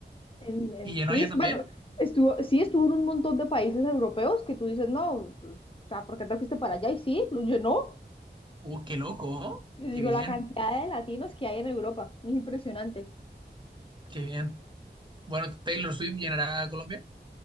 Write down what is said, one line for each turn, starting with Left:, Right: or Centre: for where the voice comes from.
Left: en, en
Right: Y llenó
Left: Suiza,
Right: ella también.
Left: bueno, estuvo, sí estuvo en un montón de países europeos que tú dices, no, o sea, ¿por qué te fuiste para allá? Y sí, pues, yo no,
Right: Uh, qué loco, ¿oh?
Left: yo digo,
Right: Qué bien,
Left: la cantidad de latinos que hay en Europa, es impresionante.
Right: qué bien. Bueno, Taylor Swift llenará a Colombia.